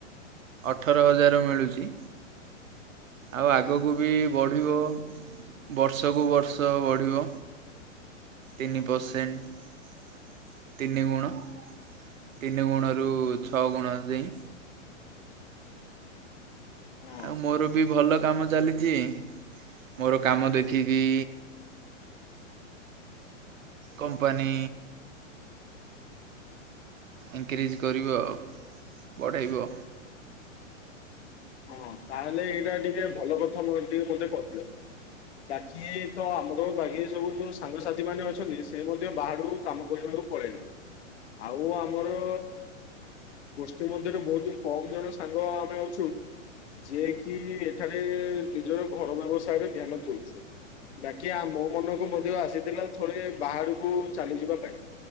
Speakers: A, on the right; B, on the left.
A: ଅଠର ହଜାର ମିଳୁଚି। ଆଉ ଆଗକୁ ବି ବଢ଼ିବ ବର୍ଷକୁ ବର୍ଷ ବଢ଼ିବ। ତିନି ପରସେଣ୍ଟ ତିନି ଗୁଣ। ତିନି ଗୁଣରୁ ଛଅ ଗୁଣ ଦେଇ।
B: ହଁ
A: ଆଉ ମୋର ବି ଭଲ କାମ ଚାଲିଛି ମୋର କାମ ଦେଖିକି କମ୍ପାନୀ ଇନକ୍ରିଜ କରିବ ଆ ବଢ଼େଇବ।
B: ହଁ ତାହେଲେ ଏଇଟା ଟିକେ ଭଲ କଥା ଟିକେ ମତେ କହିଲ। ବାକି ତ ଆମର ବାକି ସବୁ ଯୋଉ ସାଙ୍ଗସାଥି ମାନେ ଅଛନ୍ତି ସେ ମଧ୍ୟ ବାହାରକୁ କାମ କରିବାକୁ କୁ ପଲେଇଲେ। ଆଉ ଆମର ଗୋଷ୍ଠୀ ମଧ୍ୟରେ ବହୁତ କମ ଜଣ ସାଙ୍ଗ ଆମେ ଅଛୁ ଯିଏ କିି ଏଠାରେ ନିଜର ଘର ବ୍ୟବସାୟର ଧ୍ୟାନ ଦଉଛୁ। ବାକି ଆମ ମନକୁ ମଧ୍ୟ ଆସିଥିଲା ଥରେ ବାହାରକୁ ଚାଲିଯିବା ପାଇଁ।